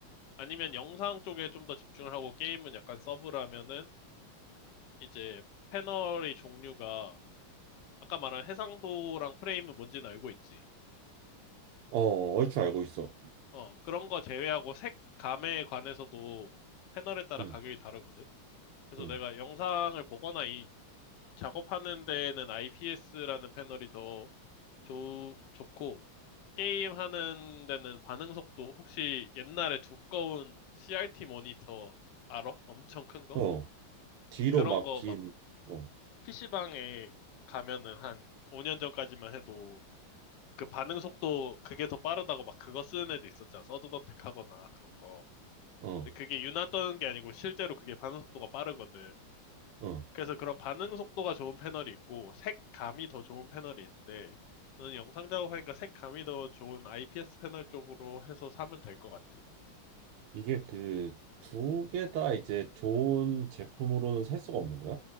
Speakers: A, on the left; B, on the right.
A: 아니면 영상 쪽에 좀 더 집중을 하고 게임은 약간 서브라면은 이제 패널의 종류가 아까 말한 해상도랑 프레임은 뭔지는 알고 있지.
B: 어, 얼추 알고 있어.
A: 어, 그런 거 제외하고 색감에 관해서도 패널에 따라
B: 응,
A: 가격이 다르거든. 그래서
B: 응.
A: 내가 영상을 보거나 이 작업하는 데에는 IPS라는 패널이 더 좋, 좋고, 게임 하는 데는 반응 속도 혹시 옛날에 두꺼운 CRT 모니터 알아? 엄청 큰 거?
B: 어, 뒤로
A: 그런
B: 막
A: 거
B: 긴,
A: 막
B: 어,
A: PC방에 가면은 한 5년 전까지만 해도 그 반응 속도 그게 더 빠르다고 막 그거 쓰는 애도 있었잖아. 서든어택 하거나 그런 거.
B: 어,
A: 근데 그게 유나 떠는 게 아니고 실제로 그게 반응 속도가 빠르거든.
B: 어.
A: 그래서 그런 반응 속도가 좋은 패널이 있고 색감이 더 좋은 패널이 있는데 너는 영상 작업하니까 색감이 더 좋은 IPS 패널 쪽으로 해서 사면 될 것 같아.
B: 이게 그 두 개 다 이제 좋은 제품으로는 살 수가 없는 거야?